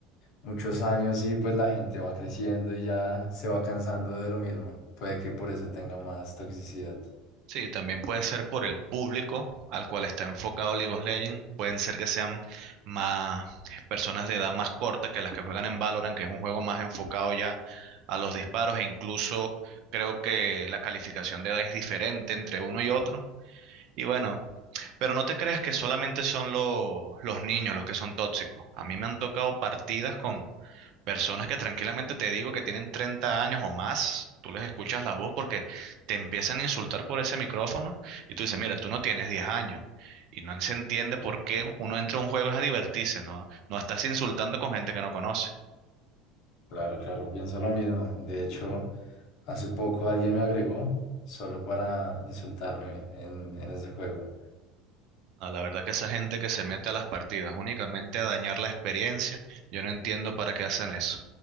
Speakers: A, on the left; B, on the right.
A: muchos años y pues la gente va creciendo y ya se va cansando de lo mismo. Puede que por eso tenga más toxicidad.
B: Sí, también puede ser por el público al cual está enfocado League of Legends. Pueden ser que sean más personas de edad más corta que las que juegan en Valorant, que es un juego más enfocado ya a los disparos e incluso creo que la calificación de edad es diferente entre uno y otro. Y bueno, pero no te creas que solamente son lo- los niños los que son tóxicos. A mí me han tocado partidas con Personas que tranquilamente te digo que tienen 30 años o más, tú les escuchas la voz porque te empiezan a insultar por ese micrófono y tú dices, mira, tú no tienes 10 años. Y no se entiende por qué uno entra a un juego es a divertirse, ¿no? No estás insultando con gente que no conoce.
A: Claro, claro, pienso lo mismo. De hecho... Hace poco alguien me agregó solo para insultarme en, en ese juego.
B: No, la verdad que esa gente que se mete a las partidas únicamente a dañar la experiencia, yo no entiendo para qué hacen eso.